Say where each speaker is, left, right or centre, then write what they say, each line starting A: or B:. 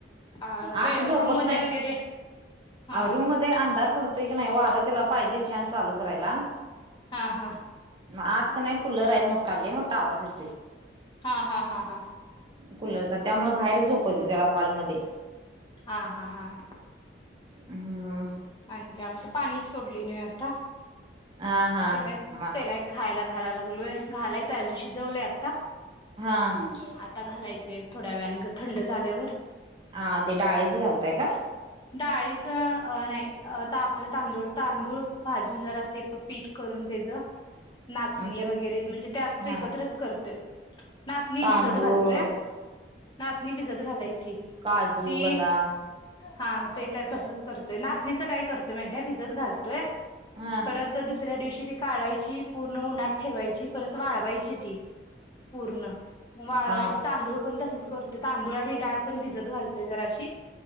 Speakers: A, on the left; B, on the right.
A: अ
B: आत
A: बे
B: झोपत
A: रूम मध्ये
B: नाही,
A: वगैरे हा हा
B: रुममध्ये अंधार पडतोय कनयं वार त्याला पाहिजे, फॅन चालू करायला.
A: हा हा.
B: आत कनय कुलर आहे, मोठा लय मोठा आवाज येतोय.
A: हा हा हा हा हा
B: कुलरचा त्यामुळे बाहेरच झोपवतोय, त्याला हॉल मध्ये.
A: हा हा हा हा.
B: हम,
A: आणि काय आमचं पाणी एक सोडलय नव्ह आता.
B: हा
A: त्याला
B: हा
A: एक
B: म
A: त्याला एक खायला घायला लागलोय, घालायचं अजून शिजवलंय आत.
B: <unintelligible>
A: आता घालायचे थोड्या वेळाने थंड झाल्यावर.
B: हा ते डाळीच घालताय काय?
A: डाळीच नाही अ ता -आपलं तांदूळ तांदूळ भाजून जरा, ते पीठ करून त्याच नाचणी
B: ते
A: वगैरे म्हणजे त्यात
B: हा
A: एकत्रच करतोय. नाचणी
B: तांदूळ
A: भिजत घालतोय, नाचणी भिजत घालायची
B: काजू
A: ती
B: बदाम
A: हा ते त्या तसच करतोय, नाचणीचं काय करतोय माहितीय भिजत घालतोय
B: हा
A: परत दुसऱ्या दिवशी ते काढायची पूर्ण उन्हात ठेवायची परत वाळवायची. ते ती पुर्ण वाळवायची
B: हा
A: तांदूळ पण तसच कर तर तांदूळ आणि डाळ पण भिजत घालतोय, जराशी.